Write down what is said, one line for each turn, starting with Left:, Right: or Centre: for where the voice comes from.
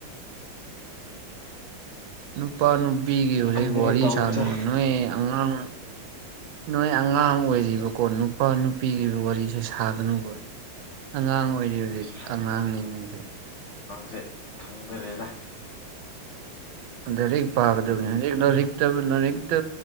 Right: ꯅꯨꯄꯥ ꯅꯨꯄꯤꯒꯤ ꯍꯧꯖꯤꯛ
Left: ꯈꯪꯗ꯭ꯔꯦ
Right: ꯋꯥꯔꯤ
Left: ꯇꯧꯔꯤꯁꯦ
Right: ꯁꯥꯅꯨ ꯅꯣꯏ ꯑꯉꯥꯡ
Left: <unintelligible>
Right: ꯅꯣꯏ ꯑꯉꯥꯡ ꯑꯣꯏꯔꯤꯕꯀꯣ ꯅꯨꯄꯥ ꯅꯨꯄꯤꯒꯤ ꯋꯥꯔꯤꯁꯦ ꯁꯥꯒꯅꯨꯕ ꯑꯉꯥꯡ ꯑꯣꯏꯔꯤ ꯍꯧꯖꯤꯛ
Left: ꯑꯁ
Right: ꯑꯉꯥꯡꯅꯦꯉꯩꯁꯦ
Left: ꯁꯦ ꯈꯪꯗꯔꯦꯗ
Right: ꯑꯔ ꯄꯥꯒꯗꯕꯅꯦꯔꯤꯛꯇ ꯅꯔꯤꯛꯇ